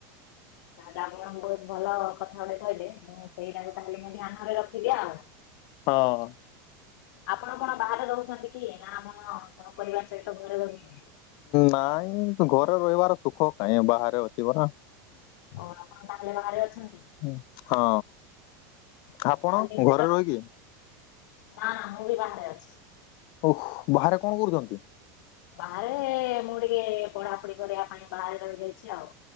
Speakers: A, on the left (about 70°); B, on the left (about 50°).
A: ତାଲେଲେ ମ୍ୟାମ୍ ବହୁ ଭଲ କଥା ଗୋଟେ କହିଲେ ମୁଁ ସେଇଟା ତାହେଲେ ମୁଁ ଧ୍ୟାନରେ ରଖିବି ଆଉ
B: ହଁ
A: ଆପଣ କଣ ବାହାରେ ରହୁଛନ୍ତି କି ନା ଆପଣ ସହପରିବାର ସହିତ ଘରେ ରହୁଛନ୍ତି?
B: ନାଇଁ ଘରେ ରହିବାର ସୁଖ କାଇଁ ବାହାରେ ଅଛି ପରା
A: ଓ ଆପଣ ତାହାଲେ ବାହାରେ ଅଛନ୍ତି
B: ହୁଁ ହଁ
A: ଓ,
B: ଆପଣ
A: ତାହେଲେ ନିଜର
B: ଘରେ ରହିକି
A: ନା ନା ମୁଁ ବି ବାହାରେ ଅଛି
B: ଓହୋ ବାହାରେ କଣ କରୁଛନ୍ତି?
A: ବାହାରେ ମୁଁ ଟିକେ ପଢାପଢି କରିବା ପାଇଁ ବାହାରେ ରହିଯାଇଛି ଆଉ